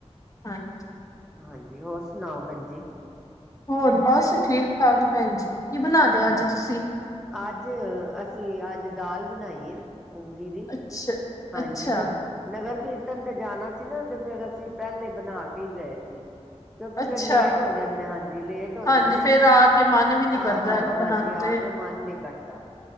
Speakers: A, on the left; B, in the centre.
A: ਹਾਂਜੀ।
B: ਹਾਂਜੀ, ਹੋਰ ਸੁਣਾਓ ਭੈਣ ਜੀ?
A: ਹੋਰ, ਬਸ ਠੀਕ -ਠਾਕ ਭੈਣ ਜੀ, ਕੀ ਬਣਾਲਿਆ ਅੱਜ ਤੁਸੀਂ?
B: ਅੱਜ, ਅਸੀਂ ਅੱਜ, ਦਾਲ ਬਣਾਈ ਹੈ। ਮੂੰਗੀ ਦੀ,
A: ਅੱਛਾ
B: ਹਾਂਜੀ।
A: ਅੱਛਾ
B: ਨਗਰ ਕੀਰਤਨ ਤੇ ਜਾਣਾ ਸੀ ਨਾ, ਤੇ ਫਿਰ ਅਸੀਂ ਪਹਿਲੇ ਬਣਾ ਕੇ ਹੀ ਗਏ ਸੀ। ਕਿਉਂਕਿ ਫਿਰ
A: ਅੱਛਾ
B: ਲੇਟ ਹੋ ਜਾਂਦੇ, ਹਾਂਜੀ ਲੇਟ ਹੋ
A: ਹਾਂਜੀ
B: ਜਾਂਦੇ
A: ਫੇਰ
B: ਹਾਂ,
A: ਆ ਕੇ ਮਨ ਵੀ ਨੀ
B: ਆ
A: ਕਰਦਾ
B: ਹਾਂ
A: ਹੈਗਾ ਬਣਾਉਣ
B: ਹਾਂਜੀ
A: ਤੇ
B: ਆ ਮਨ ਨੀ, ਕਰਦਾ।